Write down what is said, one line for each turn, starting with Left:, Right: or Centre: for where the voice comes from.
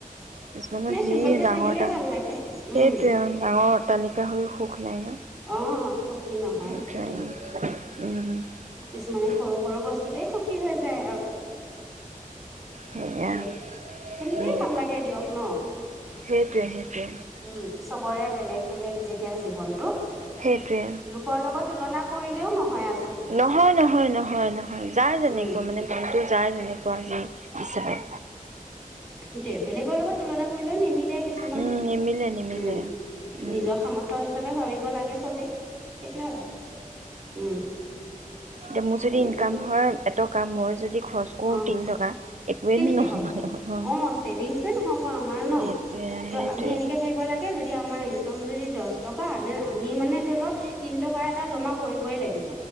Right: কিছুমান ধেৰ
Centre: চিম্পুল কে
Right: ডাঙৰ
Centre: থাকিলেই
Right: ডাঙ
Centre: ভাল লাগে উম
Right: সেইটোৱে ডাঙৰ অটালিকা হৈও সুখ নাই ন।
Centre: অ', সুখী নহয় সেইটোয়ে
Right: সেইটোৱে উম উম উম।
Centre: কিছুমানে সৰু সৰু বস্তুতে সু। সুখী হৈ যায় আৰু সেইটোৱে।
Right: সেয়া
Centre: কেনেকেই
Right: উম,
Centre: ভাল লাগে দিয়ক ন।
Right: সেইটোৱে সেইটোৱে
Centre: উম চব কৰে বেলেগ বেলেগ যে। এতিয়া জীৱনটো
Right: সেইটোৱে
Centre: লোকৰ লগত তুলনা কৰিলেও নহয় আ।
Right: নহয় নহয় নহয় নহয় যাৰ যেনেকুৱা
Centre: উম
Right: মানে মনটো যাৰ যেনেকুৱা যি বিচাৰে।
Centre: সেইটোৱে বেলেগৰ লগত তুলনা কৰিলেও নিমিলে কিছুমান।
Right: উম, নিমিলে নিমিলে
Centre: উম
Right: উম,
Centre: নিজৰ সামৰ্থ‌ হিচাপে ভাবিব লাগে চবে, সেইটোৱে আৰু। উম।
Right: এতিয়া মোৰ যদি
Centre: তেনেকৈ
Right: ইনকাম হয় এটকা ম। যদি। খৰচ কৰো
Centre: অ',
Right: তিন টকা। একোৱেই
Centre: কেনেকে
Right: নহ'ব
Centre: হ'ব?
Right: নহয়
Centre: অ ছেভিংছে নহ'ব আমাৰ
Right: সেইটোৱে
Centre: ন। ত'
Right: সেইটোৱে
Centre: আমি এনেকে ভাবিব লাগে যদি <unintelligible> আমাৰ ইন কম যদি দহ টকা নে আমি মানে ধৰি লওঁক তিন টকা এটা জমা কৰিবই লাগিব।